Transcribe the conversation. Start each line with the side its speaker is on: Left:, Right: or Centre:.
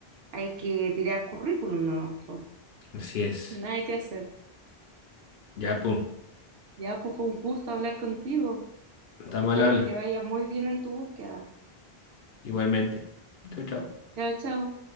Right: hay que tirar currículum nomás, po.
Left: Así es.
Right: Nada hay que hacer.
Left: Ya, pum.
Right: Ya, pues fue un gusto hablar contigo.
Left: Estamos
Right: Espero
Left: al habla.
Right: que te vaya muy bien en tu búsqueda.
Left: Igualmente. Chau, chau.
Right: Chao, chao.